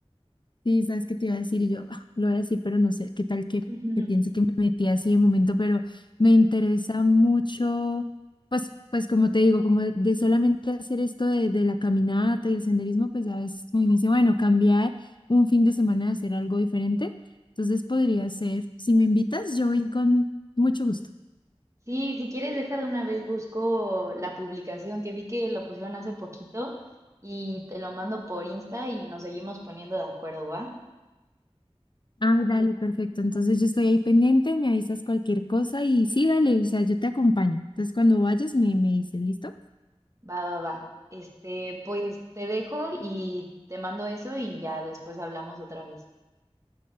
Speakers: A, on the left (about 45°); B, on the right (about 30°).
A: Sí, sabes qué te iba a decir y yo ah, lo voy a decir, pero no sé qué tal que,
B: <laughs>
A: que piense que me metí así de momento, pero me interesa mucho, pues, pues como te digo, como de, de solamente hacer esto de, de la caminata y el senderismo, pues ya ves, me dice, bueno, cambiar un fin de semana a hacer algo diferente. Entonces podría ser, si me invitas, yo voy con mucho gusto.
B: Sí, si quieres, deja de una vez busco la publicación que vi que lo pusieron hace poquito y te lo mando por Insta y nos seguimos poniendo de acuerdo, ¿va?
A: Ah, dale, perfecto. Entonces yo estoy ahí pendiente, me avisas cualquier cosa y sí, dale, o sea, yo te acompaño. Entonces cuando vayas me, me dices, ¿listo?
B: Va, va, va. Este, pues te dejo y te mando eso y ya después hablamos otra vez.